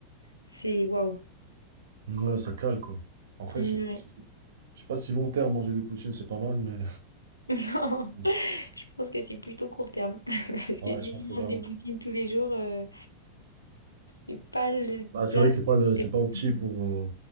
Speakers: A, on the left (about 80°); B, on the right (about 60°).
A: C'est waouh.
B: Ouais, ça cale, quoi. Après,
A: Ouais.
B: je sais pas si
A: <laughs>
B: je sais pas si long terme, manger des poutines, c'est pas mal, mais...
A: Non,
B: <laughs>
A: je pense que c'est plutôt court terme. <laughs> Parce
B: Ouais,
A: que si
B: je pense
A: tu
B: que c'est
A: manges
B: vraiment
A: des poutines tous les jours, euh, c'est pas le
B: Bah, c'est
A: plat.
B: vrai que
A: le
B: c'est pas le, c'est
A: plus-
B: pas opti pour, euh,